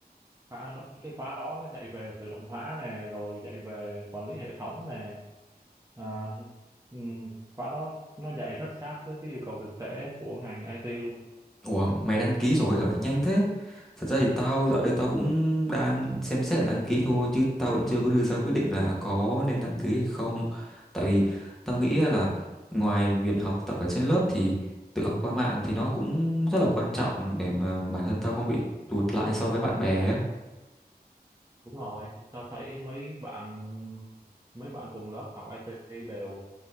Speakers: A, on the right (about 20°); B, in the centre.
A: khóa đó, cái khóa đó nó dạy về tự động hóa nè rồi dạy về quản lý hệ thống nè à, ừm, khóa đó nó dạy rất sát với cái yêu cầu thực tế của ngành IT luôn
B: Ủa, mày đăng ký rồi hả? Nhanh thế. Thật ra thì tao dạo đây tao cũng đang xem xét là đăng ký thôi chứ tao vẫn chưa có đưa ra quyết định là có nên đăng ký hay không. Tại vì tao nghĩ là ngoài việc học tập ở trên lớp thì tự học qua mạng thì nó cũng rất là quan trọng để mà bản thân tao không bị tụt lại so với bạn bè. á.
A: đúng rồi tao thấy mấy bạn mấy bạn cùng lớp học IT đều